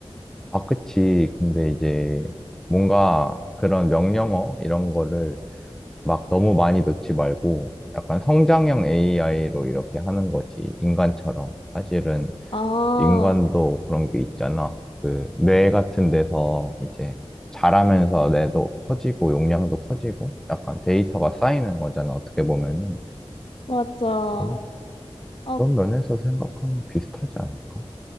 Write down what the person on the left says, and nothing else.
아,
맞아.
아,